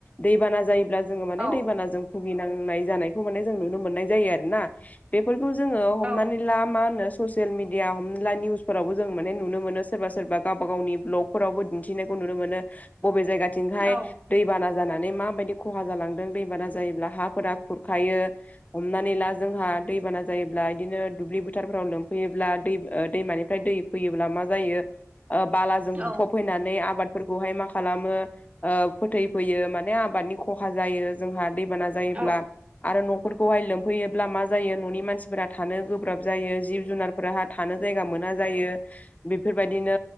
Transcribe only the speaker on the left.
दैबाना जायोब्ला जोङो माने
दैबानाज जों भुगिनांनाय जानायखौ माने जों नुनो मोननाय जायो आरो ना बेफोरखौ जोङो
हमनानै ला मा होनो ससियेल मिडिया हमला निउसफोराव जों माने नुनो मोनो सोरबा सोरबा गावबा गावनि भ्ल'ग फोरावबो दिन्थिनायखौ नुनो मोनो बबे जायगाथिंहाय
दै बाना जानानै माबायदि खहा जालांदों दैबाना जायोब्ला हाफोरा खुरखायो हमनानै ला जोंहा दैबाना जायोब्ला बिदिनो दुब्लि बोथारफोराव लोमफैयोब्ला दै दैमानिफ्राय दै फैयोब्ला मा जायो बालाजों
बुफब फैनानै आबादफोरखौहाय मा खालामो फोथै फैयो माने आबादनि खहा जायो जोंहा दैबाना जायोब्ला
आरो न'फोरखौहाय लोमफैयोब्ला मा जायो न'नि मानसिफोरा थानो गोब्राब जायो जिब जुनार फोर थानो जायगा मोना जायो बेफोरबायदिनो